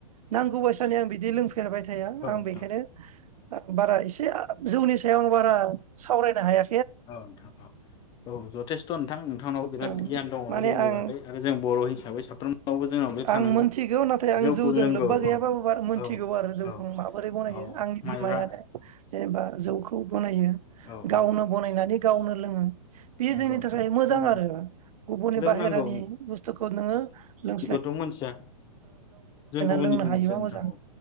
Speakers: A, on the right; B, on the left.
A: नांगौ बायसानि आं बिदि लों फेरबाय थाया
B: औ
A: आं
B: नोंथां
A: बेखायनो बारा इसे आ जौनि सायाव आं बारा सावरायनो हाया
B: औ नोंथां औ औ जथेस्थ नोंथां नोंथांनाव बिराद
A: औ
B: गियान दङ
A: माने
B: जौनि
A: आं
B: बागै आरो जों बर हिसाबै साफ्रोमनावबो जोंनाव बे थानांगौ
A: आं मोनथिगौ नाथाय आं
B: जौखौ
A: जौजों
B: लोंगौ
A: लोब्बा गैयाबाबो
B: औ
A: बार मोनथिगौ
B: औ
A: आरो जौखौ
B: औ
A: आ माबोरै बनायो
B: औ
A: आंनि
B: माइब्रा
A: बिमायानो जेनेबा जौखौ बनायो
B: औ
A: गावनो
B: औ
A: बनायनानै गावनो लोङो बेयो
B: नंगौ
A: जोंनि
B: नोंथां
A: थाखाय मोजां
B: जों
A: आरो गुबुननि बाहेरानि
B: लोंनांगौ
A: बुस्थुखौ नोङो लों
B: थ मोनथिया जों गुबुननिखौ
A: लोंनो हायोबा
B: मिथिया नोंथां
A: मोजां
B: औ